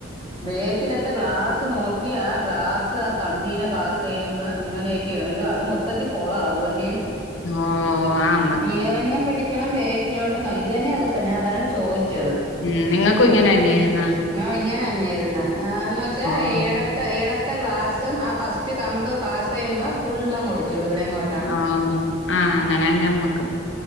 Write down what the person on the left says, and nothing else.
അആമ്മ്മ്
ഉം നിങ്ങൾക്കും ഇങ്ങനെ തന്നായിരുന്ന
ഓഹ്
ആഹ് ആഹ് അങ്ങനന്നാ അമ്മക്കും